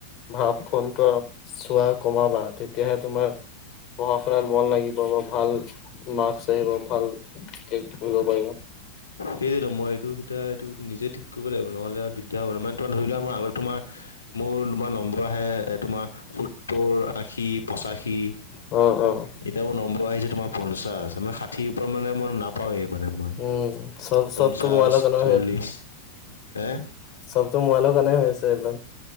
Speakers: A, on the left; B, on the left.
A: ভাপ ফোনটো অলপ চোৱা কমাবা তেতিয়াহে তোমাৰ- পঢ়া শুনাত মন লাগিব বা ভাল মাৰ্ক্স আহিব, ভাল- বুজিব পাৰিব।
B: সেইটোৱেতো, মই এইটো, সেইটা, এইটো নিজে ঠিক কৰিব লাগিব, নহ'লে আৰু দিগদাৰ হ'ব। ত ধৰি লোৱা মোৰ আগৰ তোমাৰ মোৰ- তোমাৰ নম্বৰ আহে তোমাৰ সত্তৰ, আশী, পঁচাশী।
A: অঁ, অঁ।
B: এতিয়া মোৰ নম্বৰ আহিছে তোমাৰ পঞ্চাশ মানে সাত। ঠিৰ মানে মই নাপাওঁৱেই মানে মই
A: উম চব চবতো
B: পঞ্চাশ,
A: মোবাইলৰ কাৰণে
B: চল্লিশ। হে
A: সবতো মোবাইলৰ কাৰনে হৈছে এইবিলাক।